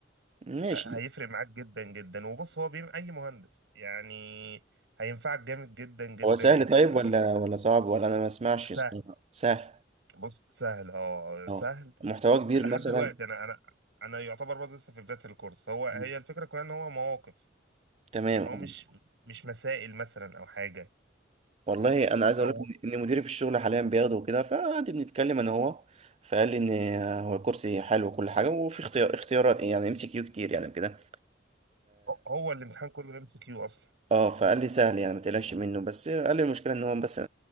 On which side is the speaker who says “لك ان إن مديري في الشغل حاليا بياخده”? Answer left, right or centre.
Right